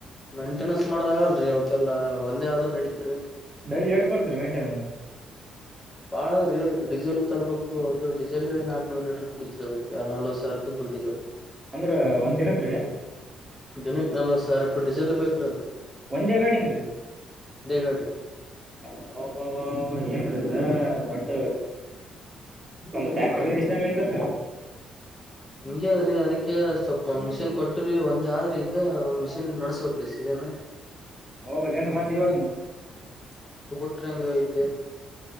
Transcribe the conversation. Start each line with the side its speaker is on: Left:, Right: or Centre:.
Left: ಮೇಂಟೆನೆನ್ಸ್ ಮಾಡದ ಆಗಲ್ರರಿ ಅವಕಲ್ಲ ಒಂದೇ ಆದ್ರ ನಡೀತ್ರಿ.
Right: ಡೈಲಿ ಎಟ್ ಬರ್ದ್ರೀ ಮೆಂಟೈನನ್.
Left: ಬಾಳದ್ರೀ ಅದಕ್ ಡೀಸೆಲ್ ತರಬೇಕು ಅದು ಡೀಸೆಲ್ ನಾಕ್ನೂರ್ ಲೀಟರ್ ಕುಡಿತತ್ರಿ ಅದಕ್ಕೆ ನಲ್ವ ಸಾವಿರ ರುಪಾಯ <inaudible>
Right: ಅಂದ್ರ ಒಂದ್ ದಿನಕ್ ರೀ.
Left: ದಿನಕ್ಕೆ ನಲ್ವತ್ ಸಾವಿರ ರೂಪಾ ಡಿಸೆಲ್ ಬೇಕಿರದಕ.
Right: ಒಂದೇ ಗಾಡಿನ್ರಿ
Left: ಗಾಡಿ
Right: ಅಬಾಬಾಬಾ ಏನ್ರೀ ಇದ. ಅ ದೊಡ್ಡ ಒಂದು
Left: ಬಾಳ
Right: ಟ್ಯಾಕ್ಟ್ರ ನಡೆಸಿದಂಗ ಆಯ್ತಲ್ರಿ.
Left: ಹಂಗಗೆ ಅದ್ರಿ ಅದಕ್ಕೆ ಸ್ವಲ್ಪ ಒಂದ್ ಮಿಷಿನ್ ಕೊಟ್ರಿ ಒಂದ್ ಆದ್ರಿ ಈಗೊಂದ್ ಮಿಷಿನ್ ನಡಸ್ಬೇಕ್ರೀ ಸೀಜನ್.
Right: <unintelligible>
Left: <inaudible>